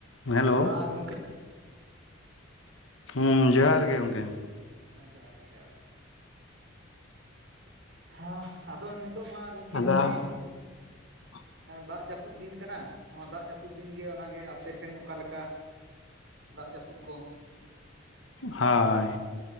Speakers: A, on the left (about 75°); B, on the right (about 60°).
A: ᱦᱮᱞᱳ᱾
B: ᱦᱮᱸ ᱜᱚᱢᱠᱮ
A: ᱦᱩᱸ ᱡᱚᱦᱟᱨ ᱜᱮ ᱜᱚᱝᱠᱮ
B: ᱦᱮᱸ ᱡᱚᱦᱟᱨ ᱜᱮ ᱡᱚᱦᱟᱨ ᱜᱮ᱾ ᱦᱮᱸ ᱟᱫᱚ ᱱᱤᱛᱚᱜ ᱢᱟ ᱜᱚᱢᱠᱮ
A: ᱟᱫᱚ
B: ᱱᱚᱜᱼᱚᱭ
A: <unintelligible>
B: ᱫᱟᱜ ᱡᱟᱯᱩᱫ ᱫᱤᱱ ᱠᱟᱱᱟ ᱱᱚᱣᱟ ᱫᱟᱜ ᱡᱟᱹᱯᱩᱫ ᱫᱤᱱ ᱜᱮ ᱚᱱᱟᱜᱮ ᱟᱯᱮ ᱮᱥᱱ ᱚᱠᱟᱞᱮᱠᱟ? ᱫᱟᱜ ᱡᱟᱹᱯᱩᱫ ᱠᱚ
A: ᱦᱳᱭ